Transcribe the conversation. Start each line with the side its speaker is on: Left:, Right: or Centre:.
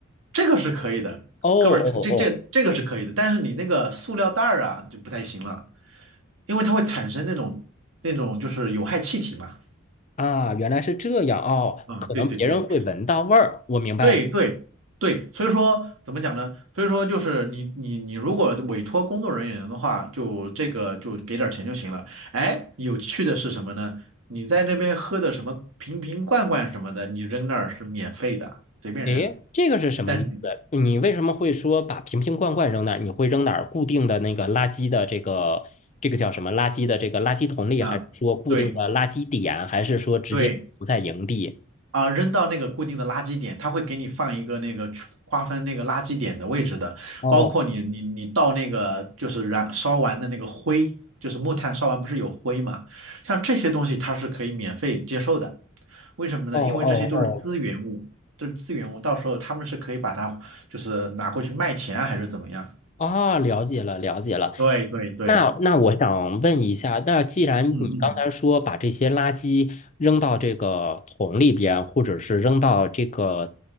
Right: 这个是可以的，
Left: 哦哦哦，
Right: 哥们儿，这这这个是可以的，但是你那个塑料袋儿啊就不太行了，因为它会产生那种那种就是有害气体嘛。
Left: 啊，原来是这样哦，
Right: 嗯，
Left: 可能别人会闻到味儿，
Right: 对对对。
Left: 我明白了。
Right: 对对对，所以说怎么讲呢？所以说就是你你你如果委托工作人员的话，就这个就给点儿钱就行了。哎，有趣的是什么呢？你在那边喝的什么瓶瓶罐罐什么的，你扔那儿是免费的，随便扔。
Left: 诶，这个是什么意思？
Right: 但是你
Left: 你为什么会说把瓶瓶罐罐扔那儿？你会扔哪儿？固定的那个垃圾的这个这个叫什么？垃圾的这个垃圾桶里，
Right: 啊，
Left: 还是说固定的垃圾点，
Right: 对
Left: 还是说直接留在营地？
Right: 对。啊，扔到那个固定的垃圾点，它会给你放一个那个区划分那个垃圾点的位置的，
Left: 哦。
Right: 包括你你你倒那个就是燃烧完的那个灰，就是木炭烧完不是有灰嘛，像这些东西它是可以免费接受的，为什么呢？
Left: 哦哦哦，
Right: 因为这些都是资源物，这是资源物，到时候他们是可以把它就是拿过去卖钱啊，还是怎么样？
Left: 啊，了解了，了解了。
Right: 对对对，
Left: 那那我想问一下，那既然你刚才说把这些垃圾扔到这个桶里边，
Right: 嗯嗯
Left: 或者是扔到这个，